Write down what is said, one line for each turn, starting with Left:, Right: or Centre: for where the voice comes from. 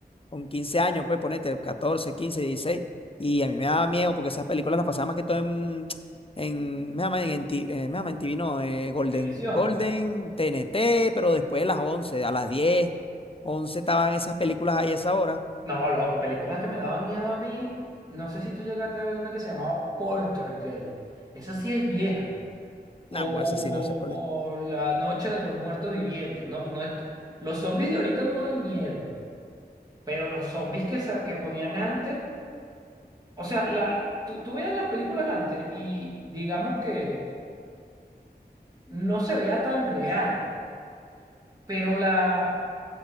Left: con 15 años, pues ponete 14 15 dieciséis Y a mí me daba miedo porque esas películas las pasaba más que todo en, en, me llaman en, en, Ti- eh, me llaman en TV, no, eh, Golden,
Right: Televisión.
Left: Golden, TNT, pero después de las once a las 10 11 estaban esas películas ahí a esa hora.
Right: No, loco, películas que me daban miedo a mí. No sé si tú llegaste a ver una que se llamaba Poltergeist. Esa sí es vieja. O,
Left: Nah, güey,
Right: o,
Left: esa sí no sé cuál
Right: o,
Left: es.
Right: o La Noche de los Muertos Vivientes. No, no es- los zombies de ahorita no dan miedo. Pero los zombies que, sa- que ponían antes, o sea, la, tú, tú veías las películas antes y digamos que no se veía tan real, pero la,